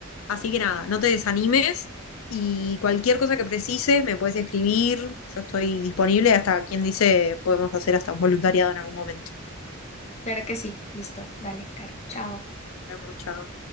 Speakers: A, on the left; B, on the left.
A: Así que nada, no te desanimes y cualquier cosa que precises me puedes escribir, yo estoy disponible, hasta quien dice podemos hacer hasta un voluntariado en algún momento.
B: Claro que sí. Listo. Dale, Caro. Chao.
A: Nos vemos, Chao.